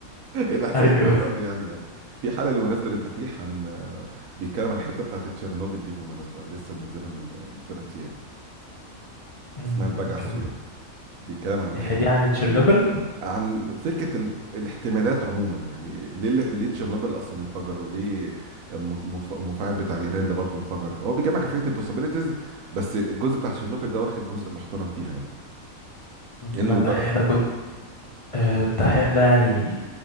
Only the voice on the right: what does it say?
الاحساس
وصل لي يعني, يعني في حلقه بالمناسبه للدحيح عن بيتكلم عن الحته بتاعت تشيرنوبل دي بالمناسبه لسه منزلها من من ثلاث ايام
اسمها البجعه
السوداء بيتكلم عن
حته
تشيرنوبل
عن فكره ال... الاحتمالات عموما يعني ليه ليه ليه تشيرنوبل اصلا انفجر وليه الم- مف... المفاعل بتاع اليابان ده برضه انفجر هو بيجمع كان فكره البوسيبيليتيز بس الجزء بتاع تشيرنوبل ده واخد جزء محترم فيها يعني
كانه
يدرس
الصراحه